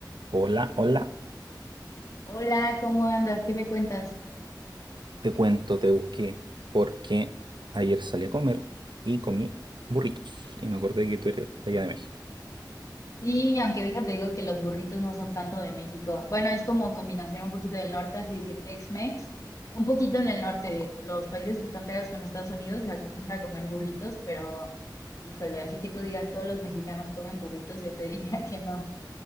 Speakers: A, on the right; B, on the left.
A: Hola, hola,
B: Hola, ¿cómo andas? ¿Qué me cuentas?
A: te cuento, te busqué porque ayer salí a comer y comí burritos y me acordé que tú eres de allá de México.
B: Sí, aunque déjate digo que los burritos no son tanto de México. Bueno, es como combinación un poquito del norte, así de que Tex-Mex, un poquito en el norte de los países que están pegados con Estados Unidos se acostumbra a comer burritos, pero híjole, así que tú digas todos los mexicanos comen burritos, yo te <laughs> diría que no.